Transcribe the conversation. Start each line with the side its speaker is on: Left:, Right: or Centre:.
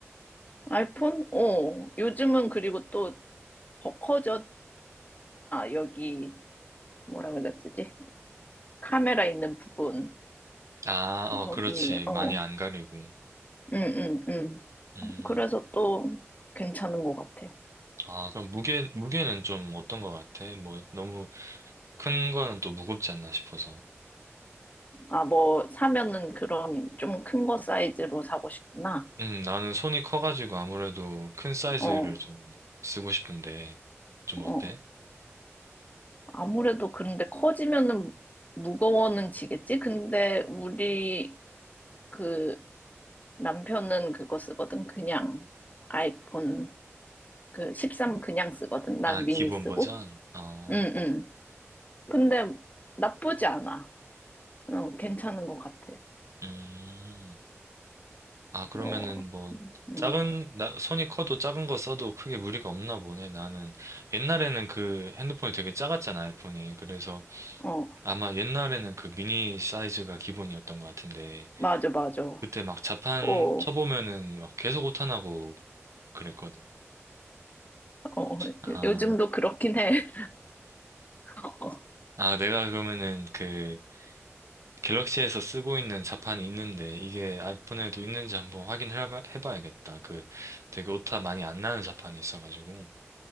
Left: 아이폰? 어. 요즘은 그리고 또 더 커졌잖아. 여기, 뭐라 그랬지? 카메라 있는 부분.
Right: 아, 어,
Left: 거기,
Right: 그렇지. 많이
Left: 어.
Right: 안 가리고.
Left: 응, 응,
Right: 음.
Left: 응. 그래서 또 괜찮은 것 같아.
Right: 아, 그럼 무게 무게는 좀 어떤 것 같아? 뭐 너무 큰 거는 또 무겁지 않나 싶어서.
Left: 아, 뭐, 사면은 그런 좀 큰 거 사이즈로 사고 싶구나.
Right: 음, 나는 손이 커가지고 아무래도 큰 사이즈를
Left: 어,
Right: 좀 쓰고 싶은데 좀
Left: 어.
Right: 어때?
Left: 아무래도 그런데 커지면은 무거워는 지겠지? 근데 우리 그 남편은 그거 쓰거든. 그냥 아이폰 그 13 그냥 쓰거든. 난
Right: 아,
Left: 미니
Right: 기본
Left: 쓰고.
Right: 버전? 어.
Left: 응, 응. 근데 나쁘지 않아. 어, 괜찮은 것 같아.
Right: 음. 아, 그러면은
Left: 어,
Right: 뭐, 작은,
Left: 응,
Right: 나, 손이 커도 작은 거 써도 크게 무리가 없나 보네. 나는 옛날에는 그 핸드폰이 되게 작았잖아, 아이폰이. 그래서
Left: 어.
Right: 아마 옛날에는 그 미니 사이즈가 기본이었던 것 같은데,
Left: 맞아, 맞아. 어,
Right: 그때 막 자판
Left: 어,
Right: 쳐보면은 막 계속 오타나고 그랬거든.
Left: 어,
Right: 아,
Left: 요즘도 그렇긴 해. <laughs> 어,
Right: 아, 내가 그러면은 그 갤럭시에서 쓰고 있는 자판이 있는데, 이게 아이폰에도 있는지 한번 확인해 봐야겠다. 그 되게 오타 많이 안 나는 자판이 있어가지고.